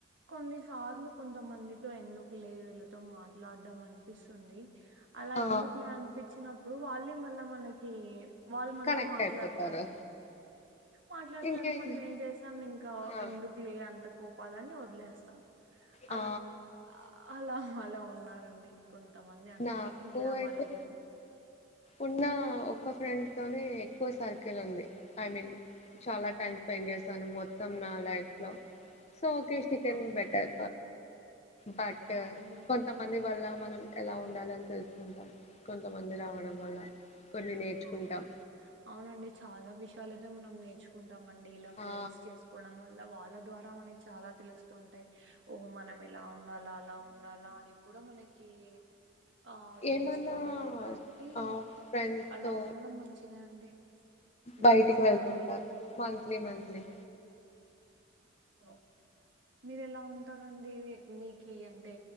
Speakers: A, on the right; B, on the left.
A: కొన్నిసార్లు కొంతమందితో ఎందుకులే వీళ్ళతో మాట్లాడం అనిపిస్తుంది అలా
B: ఆ
A: ఎందుకులే అనిపించినప్పుడు వాళ్ళే మల్ల మనకి వాళ్ళు మనతో
B: కనెక్ట్
A: మాట్లా మాట్లాడతారు
B: అయిపోతారు
A: మాట్లాడతారు
B: ఇంకేంటి
A: మనం ఏం చేసాం ఇంకా
B: ఆ
A: ఎందుకు లే అంత కో వాళ్ళని వదిలేస్తాం
B: ఆ!
A: అలా అలా అలా ఉ ఉన్నారండి కొంతమంది అంతే
B: నాకు
A: ఇంకా
B: అయితే
A: వాళ్ళ గురి
B: ఉన్న ఒక్క ఫ్రెండ్ తోనే ఎక్కువ సర్కిల్ ఉంది ఐ మీన్ చాలా టైం స్పెండ్ చేశాను మొత్తం నా లైఫ్ లో సో ఓకేె షికెన్
A: అవునా
B: బెటర్
A: అండి
B: బట్
A: అవునులేండి
B: కొంతమంది వల్ల మనం ఎలా ఉండాలని తెలుసుకుంటాం కొంతమంది రావడం వల్ల కొన్ని నేర్చుకుంటాం
A: అవును అవునండి చాలా విషయం చాలద మనం నేర్చుకుంటాం అండి ఇలా ఫ్రెండ్స్
B: ఆ
A: చేసుకోవడం వల్ల వాళ్ళ ద్వారా మనకి చాలా తెలుస్తుంటాయి ఓహో మనం ఇలా ఉండాలా అలా ఉండాలా అని కూడా మనకి ఆ తెలుస్తూ
B: ఏమన్నా
A: ఉంటాయి కాబట్టి
B: ఆ ఫ్రెండ్స్
A: అలా
B: తో
A: ఉండడం మంచిగా అండి మీరేమంటారు
B: బయటికి వెళ్తుంటారు మంత్లీ మంత్లీ
A: ఓకే మీరు ఎలా ఉంటారండి మీకు అంటే